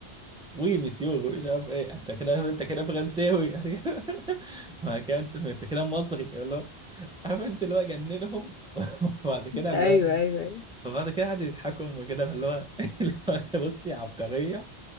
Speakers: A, in the centre; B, on the left.
A: وي مسيو مش عارف ايه انت كده انت كده فرنساوي <laughs> يعني وهكذا انت انت كده مصري يقول له عارف انت اللي هو جننهم <laughs> وبعد كده اللي
B: ايوه
A: هو
B: ايوه ايوه
A: فبعد كده قعدوا يضحكوا وكده فاللي هو <laughs> اللي هو بصي عبقرية